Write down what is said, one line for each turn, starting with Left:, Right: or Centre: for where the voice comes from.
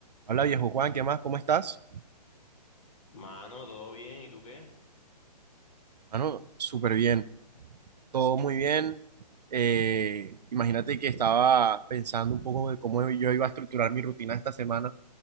Right: Hola viejo Juan, ¿qué más? ¿Cómo estás?
Left: Mano, todo bien, ¿y tú qué?
Right: Mano, súper bien, todo muy bien. Eh, imagínate que estaba pensando un poco de cómo yo iba a estructurar mi rutina esta semana.